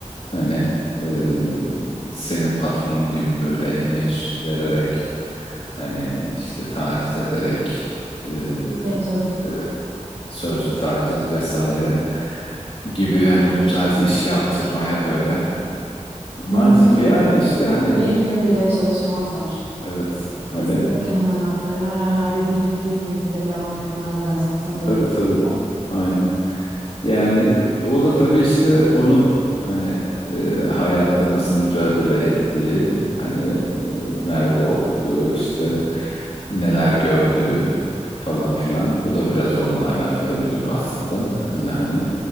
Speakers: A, on the left; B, on the right.
A: hani e, senin patronun gibi böyle emir vererek hani işte taciz ederek e, e,
B: E tabii.
A: sözlü taciz vesaire gibi yani bu tarz iş yaptırmaya böyle maalesef
B: Mümkün
A: yani
B: değil.
A: işte hani
B: Bir gün bile çalışmazlar.
A: evet hani
B: Kesinlikle hemen haklarını ararlar ve bir, bir gün bile devam etmezler zaten
A: tabii
B: böyle bir
A: tabii
B: durumda.
A: aynen. Yani o da tabii işte onun hani e, hayatta nasıl mücadele ettiği, hani e, nerede okuduğu, işte neler gördüğü falan filan. Bu da biraz onunla alakalı bir durum aslında. Yine hani